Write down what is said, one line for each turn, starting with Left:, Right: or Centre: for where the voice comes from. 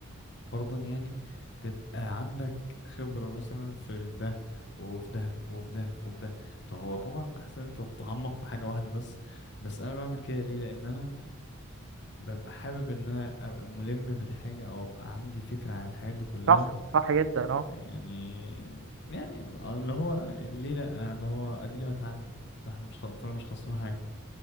Left: فرضا يعني تبقى عندك خبرة مثلا في ده وفي ده وفي ده وفي ده طب هو طبعا احسن انت تتعمق في حاجة واحدة بس بس انا بعمل كده ليه لان انا ببقى حابب ان انا ابقى ملم بالحاجة او ابقى عندي فكرة عن الحاجات دي كلها
Right: صح صح جدا اه
Left: يعني يعني اللي هو ليه لأ اللي هو اديني بتعلم فاحنا مش خ... فانا مش خسران حاجة